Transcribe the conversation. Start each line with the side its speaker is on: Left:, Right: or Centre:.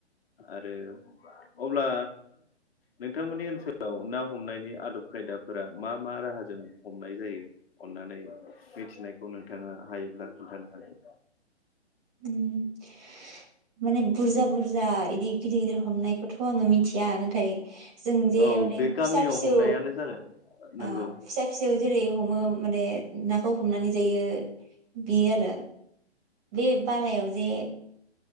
Left: आरो अब्ला नोंथांमोननि ओनसोलाव ना‌ हमनायनि आदब खायदाफोरा मा मा राहाजों हमनाय जायो अननानै मिथिनाय खौ नोंथाङा हायोब्ला खोन्थानो हागोन।
Right: उम माने बुरजा बुरजा इदि गिदिर गिदिर हमनायखौथ' आङो मिथिया नाथाय जों जे
Left: औ
Right: माने
Left: बे
Right: फिसा
Left: गामियाव
Right: फिसौ
Left: हमनायानो जागोन नंगौ
Right: आ फिसा फिसौ जेरै हमो माने नाखौ हमनानै जायो बियो आरो बे बालायाव जे